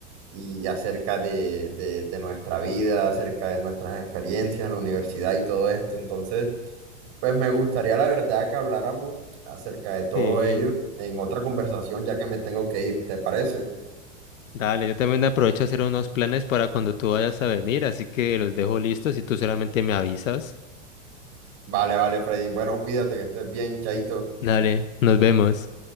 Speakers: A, on the right (about 45°); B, on the left (about 85°).
A: y acerca de, de, de nuestra vida, acerca de nuestras experiencias en la universidad y todo esto. Entonces, pues me gustaría la verdad que habláramos acerca de todo
B: sí.
A: ello en otra conversación, ya que me tengo que ir, ¿te parece?
B: Dale, yo también aprovecho a hacer unos planes para cuando tú vayas a venir, así que los dejo listos y tú solamente me avisas.
A: Vale, vale, Freddy. Bueno, cuídate, que estés bien, chaito.
B: Dale, nos vemos.